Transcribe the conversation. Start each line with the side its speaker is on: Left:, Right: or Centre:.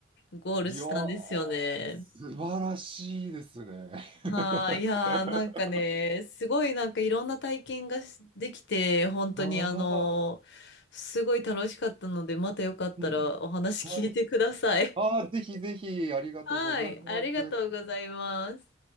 Left: ゴールしたんですよね。
Right: いやー、素晴らしいですね。
Left: はあ、いやー、
Right: <laughs>
Left: なんかね、すごいなんかいろんな体験がしできて、本当にあのー
Right: ああ、
Left: すごい楽しかったので、またよかったらお話聞いてください。
Right: うん。はい。ああ、ぜひぜひ、
Left: <laughs>
Right: ありがとうございます。
Left: はい、ありがとうございます。